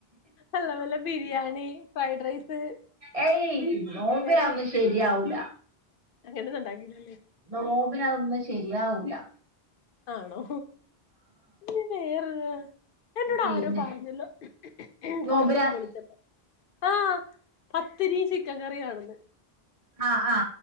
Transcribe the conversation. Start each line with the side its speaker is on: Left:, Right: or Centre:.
Left: അല്ല വല്ല ബിരിയാണി ഫ്രൈഡ് റൈസ്
Right: ഏയ്
Left: ചിക്കൻ
Right: നോമ്പെനതോന്നും
Left: കറി
Right: ശെരിയാവൂല.
Left: അങ്ങനെയൊന്നും ഉണ്ടാക്കിയില്ലല്ലേ
Right: നോബിന അതൊന്നും ശരിയാവൂല്ല.
Left: ആണോ ഇ വേറെ എന്നോട്
Right: പിന്നെ
Left: ആരോ പറഞ്ഞല്ലോ
Right: നോമ്പിന
Left: കൊറച്ച മുമ്പ് വിളിച്ചപ്പ ആഹ പത്തിരി ചിക്കൻ കറിയാണന്ന്
Right: ആഹ് ആ